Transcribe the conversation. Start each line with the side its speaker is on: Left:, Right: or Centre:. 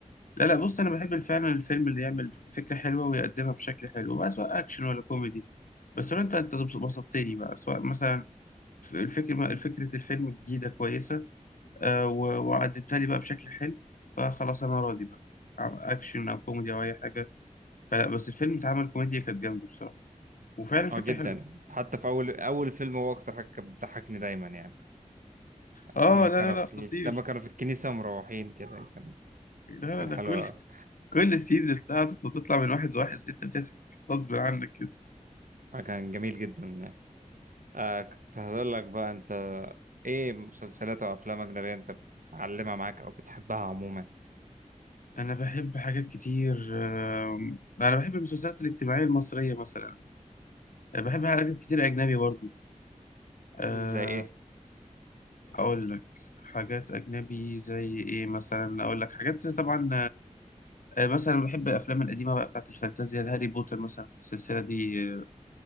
Left: لا لا بص انا بحب فعلا الفيلم اللي يعمل فكره حلوه ويقدمها بشكل حلو بقى سواء اكشن ولا كوميدي بس لو انت انت بسطتني بقى سواء مثلا الفكره فكره الفيلم جديده كويسه آه، و- وقدمتها لي بقى بشكل حلو فخلاص انا راضي بقى عم- اكشن او كوميدي او اي حاجه فلا بس الفيلم اتعمل كوميديا كانت جامده بصراحه وفعلا فكره
Right: اه جدا
Left: حلوه
Right: حتى في اول اول فيلم هو اكتر حاجة كانت بتضحكني دايما يعني
Left: اه
Right: لما
Left: لا
Right: كانوا
Left: لا لا
Right: في
Left: خطير
Right: لما كانوا في الكنيسة ومروحين كده كان
Left: لا لا
Right: كان
Left: ده
Right: حلو
Left: كل
Right: أوي.
Left: كل السينز بتاعته بتطلع من واحد لواحد انت بتضحك غصب عنك كده
Right: آه، كان جميل جدا يعني آه كنت هقول لك بقى انت ايه مسلسلات او افلام اجنبية انت معلمة معاك او بتحبها عموما
Left: انا بحب حاجات كتير آم، انا بحب المسلسلات الاجتماعيه المصريه مثلا بحب حاجات كتير اجنبي برضو آه،
Right: زي ايه
Left: اقول لك حاجات اجنبي زي ايه مثلا اقول لك حاجات طبعا آه، مثلا بحب الافلام القديمه بقى بتاعت الفانتازيا هاري بوتر مثلا السلسله دي آه،